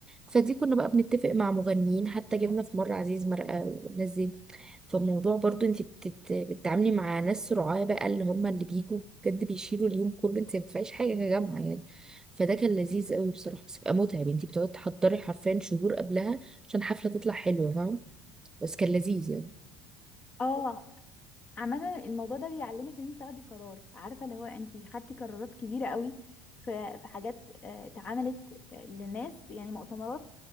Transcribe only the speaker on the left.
اه عامة الموضوع ده بيعلمك ان انت تاخدي قرار عارفة اللي هو انت خدتي قرارات كبيرة قوي ف- في حاجات آه، اتعملت آه، لناس يعني مؤتمرات